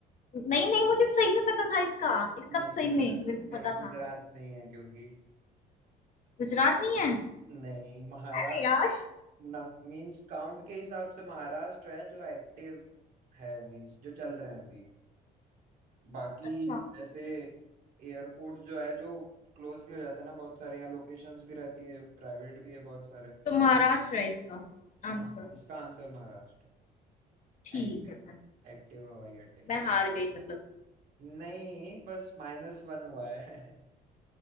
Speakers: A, on the left; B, on the right.
A: नहीं नहीं मुझे सही में पता था इसका इसका
B: नहीं
A: तो सही
B: गुजर
A: में मेरे को
B: नहीं
A: पता
B: गुजरात
A: था
B: नहीं है क्योंकि
A: गुजरात नहीं है
B: नहीं महाराष्ट्र
A: अरे यार
B: न मींस काउंट के हिसाब से महाराष्ट्र है जो एक्टिव है मींस जो चल रहे हैं अभी बाकी
A: अच्छा
B: ऐसे एयरपोर्ट्स जो है जो क्लोज भी हो जाते हैं ना बहुत सारे यहाँ लोकेशंस भी रहती है प्राइवेट भी है बहुत सारे
A: तो महाराष्ट्र है इसका आंसर
B: हाँ इसका आंसर महाराष्ट्र
A: ठीक
B: एक्ट,
A: है फिर
B: एक्टिव हवाई अड्डे
A: मैं हार गई मतलब
B: नहीं बस माइनस वन हुआ है